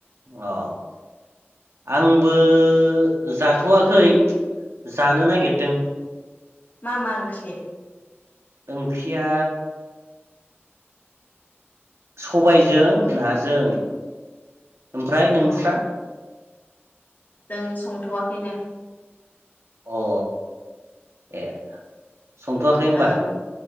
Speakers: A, on the right (about 90°); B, on the left (about 45°).
A: अ आंबो बो जाथ'वाखै जानो नागिरदों ।
B: मा मा ओंख्रि?
A: ओंख्रिया सबायजों नाजों । ओमफ्राय नोंस्रा?
B: अ जों संथ'वाखैनो ।
A: अ ए संथ'वाखै होमबा?
B: ओं